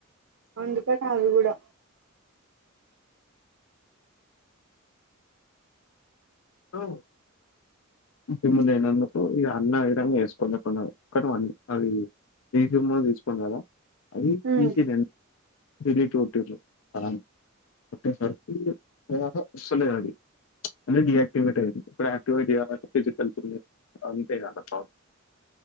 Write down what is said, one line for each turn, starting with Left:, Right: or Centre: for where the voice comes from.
Right: అందుకని అవి కూడా
Left: ఆ సిమ్ము ఇగ అన్ని ఆ విధంగా వేసుకొండి ఎప్పుడన్నా కతం అది ఫ్రీ సిమ్ కూడ తీసుకోన్ కదా అది
Right: ఉమ్.
Left: తీసి డిలీట్ కొట్టిల్లు ఆ కొట్టేసరికి ఆ వస్తలేదు అది అంటే డియాక్టివేట్ అయింది ఇప్పుడు యాక్టివేట్ కావాలంటే ఫిజికల్స్ ఉ అంతే కద పా